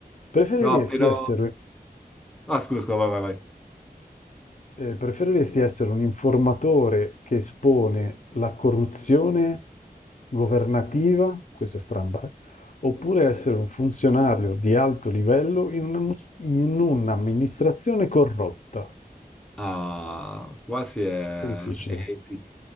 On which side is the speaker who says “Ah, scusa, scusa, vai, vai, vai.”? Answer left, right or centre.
Centre